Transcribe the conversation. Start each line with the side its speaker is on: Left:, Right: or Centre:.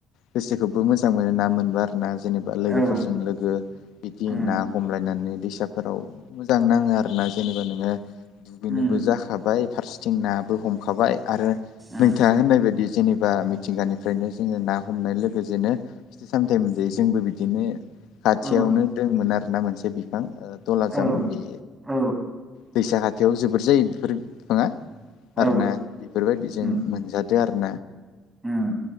Left: गोसोखौबो मोजां मोनो ना मोनबा आरो ना जेनेबा लोगोफोरजों
Right: औ
Left: लोगो बिदि
Right: उम
Left: ना हमलायनानै दै। फोराव मोजां नाङो आरो ना जेनेबा नोङो दुगैनोबो
Right: उम
Left: जाखाब फारसेथिं ना बो हमखाबाय आरो
Right: उम
Left: नोंथां होननाय बादि जेनिबा। बा मिथिंगानिफ्रायनो जोङो ना हमनाय लोगोसेनो फिथाय सामथाय मोनजायो। जोंबो बिदिनो खाथियावनो
Right: औ
Left: दंमोन आरो मोनसे बिफां दलाजाम
Right: औ
Left: बे
Right: औ
Left: दैसा खाथियाव जोबोर जायो बेफोर बिफाङा
Right: औ
Left: आरो ना बेफोरबायदि जों
Right: उम
Left: मोनजादो आरो
Right: उम